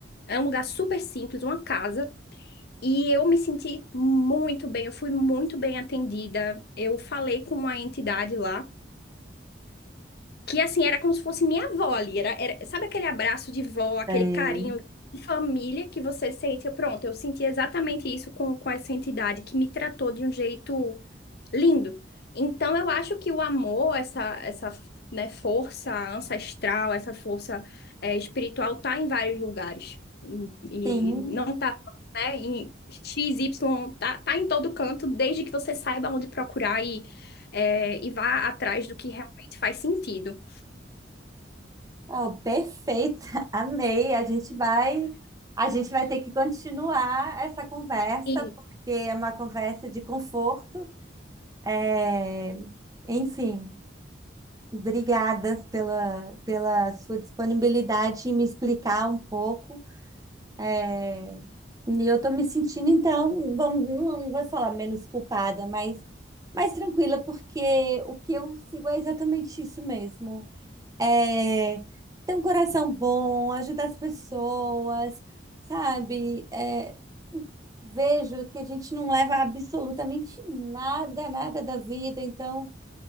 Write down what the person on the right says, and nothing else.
É,
Sim,
oh, perfeita, <laughs> amei. A gente vai, a gente vai ter que continuar essa conversa,
porque é uma conversa de conforto. É, enfim, Obrigada pela, pela sua disponibilidade em me explicar um pouco. É, E eu estou me sentindo, então, vamos, não, não vou falar menos culpada, mas mais tranquila, porque o que eu sigo é exatamente isso mesmo. É, ter um coração bom, ajudar as pessoas, sabe? É, vejo que a gente não leva absolutamente nada, nada da vida, então